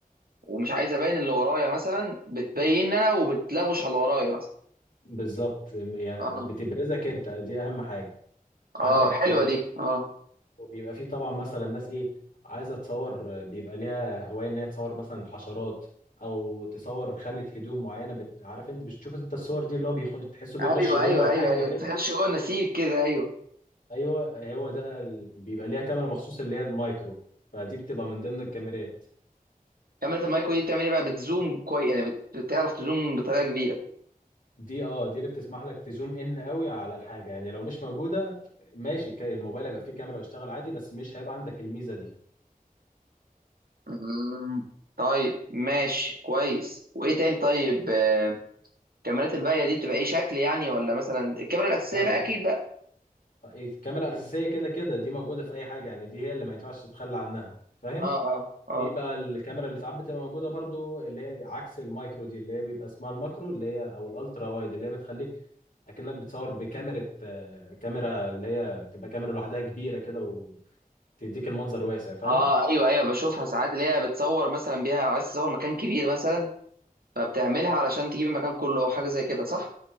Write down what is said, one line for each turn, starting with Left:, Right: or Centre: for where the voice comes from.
Right: ومش عايز ابين اللي ورايا مثلا بتبين انا وبتلغوش على اللي ورايا مثلا
Left: بالظبط يعني
Right: اه
Left: بتبرزك انت دي اهم حاجة عندك
Right: اه حلوه دي اه
Left: وبيبقى فيه طبعا مثلا ناس ايه عايزه تصور بيبقى ليها هوايه ان هي تصور مثلا حشرات او تصور خامه هدوم معينه بت... عارف انت بتشوف انت الصور دي اللي هو بيخش تحسه بيخش
Right: ايوه
Left: جوه
Right: ايوه
Left: الحاجه
Right: ايوه ايوه
Left: كده
Right: تخش جوه النسيج كده ايوه
Left: ايوه هو ده ال... بيبقى ليها كاميرا مخصوص اللي هي المايكرو فدي بتبقى من ضمن الكاميرات
Right: كاميرا المايكرو دي بتعمل ايه بقى بتزوم كويس يعني بت- بتعرف تزوم بطريقه كبيره
Left: دي اه دي اللي بتسمح لك تزوم ان قوي على الحاجه يعني لو مش موجوده ماشي الك- الموبايل هيبقى فيه كاميرا ويشتغل عادي بس مش هيبقى عندك الميزه دي
Right: مم. طيب ماشي كويس وايه تاني طيب آه، الكاميرات الباقيه دي بتبقى ايه شكل يعني ولا مثلا الكاميرا الاساسيه
Left: لا
Right: بقى اكيد بقى
Left: الكاميرا الأساسية كده كده دي موجودة في أي حاجة يعني دي هي اللي ما ينفعش تتخلى عنها فاهم
Right: اه اه اه
Left: في بقى الكاميرا اللي ساعات بتبقى موجودة برضو اللي هي عكس المايكرو دي اللي هي بيبقى اسمها الماكرو اللي هي أو الألترا وايد اللي هي بتخليك أكنك بتصور بكاميرا آه، كاميرا اللي هي بتبقى كاميرا لوحدها كبيرة كده وتديك المنظر واسع فاهم
Right: اه ايوه ايوه بشوفها ساعات اللي هي بتصور مثلا بيها عايز تصور مكان كبير مثلا فبتعملها علشان تجيب المكان كله او حاجه زي كده صح؟